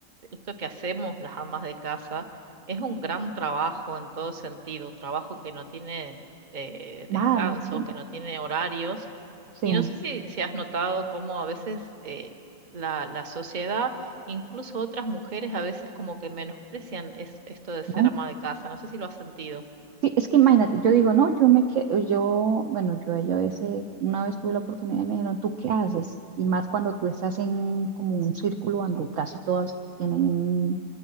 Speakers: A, on the right; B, on the right.
A: esto que hacemos las amas de casa es un gran trabajo en todo sentido, un trabajo que no tiene eh,
B: Nada,
A: descanso,
B: no tiene.
A: que no tiene horarios.
B: Sí,
A: Y no sé si, si has notado cómo a veces eh, la, la sociedad, incluso otras mujeres, a veces como que menosprecian es, esto de ser
B: ¿no?
A: ama de casa. No sé si lo has sentido.
B: Sí, es que imagínate, yo digo, no, yo me quedo, yo, bueno, yo ahí a veces, una vez tuve la oportunidad y me dijeron, ¿tú qué haces? Y más cuando tú estás en un- como un círculo donde casi todas tienen un,